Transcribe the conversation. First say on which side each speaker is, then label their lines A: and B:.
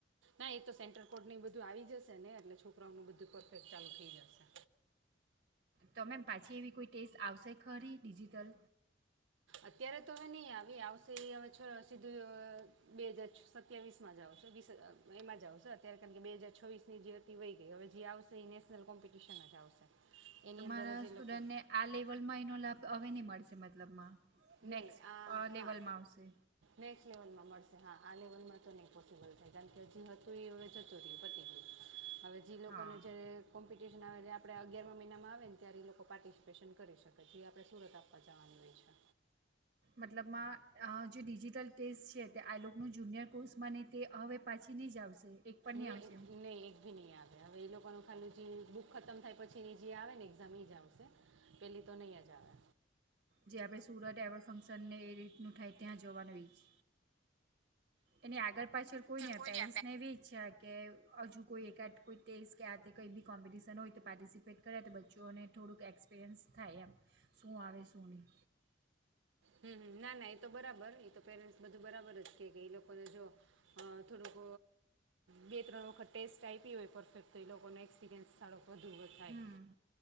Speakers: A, on the right; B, on the right.
A: ના એ તો સેન્ટર કોડ ને એ બધું આવી જશે ને એટલે છોકરાઓનું બધું પરફેક્ટ ચાલુ થઈ જશે
B: તો મેમ પાછી એવી કોઈ ટેસ્ટ આવશે ખરી ડિજિટલ
A: અત્યારે તો હવે નહી આવી આવશે એ હવે સીધું બે હજર સત્યાવીસ માં જ આવશે એમાં જ આવશે અત્યારે કારણ કે બે હાજર છોવીસ ની જે હતી વય ગઈ હવે જે આવશે એ નેશનલ કોમ્પિટિશન જ આવશે એની
B: તોરા
A: અંદર જ એ
B: સ્ટુડન્ટને
A: લોકો
B: આ લેવલમાં એનો લાભ હવે નહી મળે અ મતલબમાં
A: નહીં
B: નેક્સ્ટ
A: આ
B: લેવલમાં
A: હા
B: આવશે
A: નેક્સ્ટ લેવલમાં મળશે હા આ લેવલમાં તો નહીં પોસિબલ થાય કારણ કે હજી હતું એ હવે જતું રહ પતિ ગયું હવે જે લોકોને
B: હા
A: જ્યારે કોમ્પિટિશન આવે એટલે આપણે અગિયારમા મહિનામાં આવે ને ત્યારે એ લોકો પાર્ટિસિપેશન કરી શકે જે આપણે સુરત આપવા જવાની હોય છે
B: મતલબમાં જે ડિજીિટલ ટે છે તે આ લો ન જુનિયર કોર્સમાં તે હવે પાછી નહી જ આવશે એક પણ નહીં
A: ન
B: આવશે
A: નહી એક ભી નહી આવે હવે એ લોકોનું ખાલીું જે બુક ખતમ થાય પછીની જે આવે ને એક્ઝામ એ જ આવશે પેલી તો નહીં જ જ આવે
B: જે આપણે સુરત એવોર્ડ ફંક્શનને એ રીતનું થાય ત્યાં જોવાનું છે એની આગળ પાછળ કોઈ
A: તો
B: ન
A: કોઈને
B: પેરેન્ટ્સ
A: આપે
B: ને એવી ઈચ્છ કે હજુ કોઈ એકાદ કોઈ તેઇસ કે આ તે કંઈ બી કોમ્પિટિશન હોય તો પાર્ટિસિપેટ કરે તો બચ્ચોને થોડુંક એક્સપિરિયન્સ થાય એમ શું આવે શું નહીં
A: હમ ના ના એ તો બરાબર એ તો પેરેન્ટ્સ બધું બરાબર જ કે એ લોકોને જો થોડોક બે ત્રણ વખત ટેસ્ટ આપી હોય પરફેક્ટ તો એ લોકોનો એક્સપિરિયન્સ સારો વધુ થાય
B: હમ